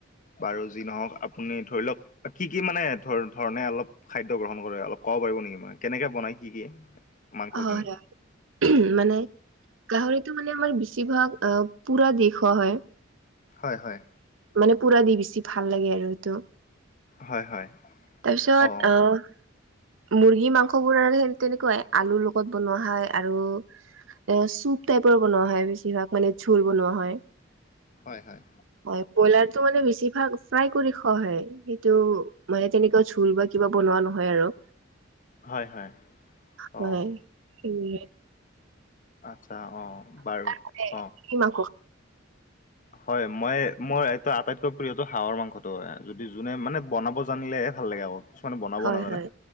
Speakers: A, on the left; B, on the right.
A: বাৰু যি নহওক আপুনি ধৰি লওক কি কি মানে ধৰ ধৰণে অলপ খাদ্য গ্ৰহণ কৰে অলপ কব পাৰিব নেকি মানে কেনেকে বনাই কি কি মাংসখিনি?
B: হয় অ মানে গাহৰিটো মানে আমাৰ বেছিভাগ আ পুৰা দি খোৱা হয়
A: হয় হয়
B: মানে পুৰা দি বেছি ভাল লাগে আৰু এইটো।
A: হয় হয়
B: তাৰপিছত
A: অ'।
B: আহ মুৰ্গী মাংস বোৰৰ সেই তেনেকুৱাই আলুৰ লগত বনোৱা হয় আৰু এ চুপ টাইপৰ বনোৱা হয় বেছিভাগ মানে ঝোল বনোৱা হয়।
A: হয় হয়
B: হয় ব্ৰইলাৰটো মানে বেছিভাগ ফ্ৰাই কৰি খোৱা সেইটো মানে তেনেকুৱা ঝোল বা কিবা বনোৱা নহয় আৰু।
A: হয় হয়
B: হয়
A: অ'
B: উম
A: আচ্ছা অঁ বাৰু
B: আপুনি
A: অঁ
B: কি মাংস
A: হয় মই মোৰ এইটো আটাইতকৈ প্ৰিয়তো হাঁহৰ মাংসটো হয় যদি যোনে মানে বনাব জানিলে, ভাল লাগে আক কিছুমানে বনাব
B: খায়?
A: নাজানে
B: হয় হয়।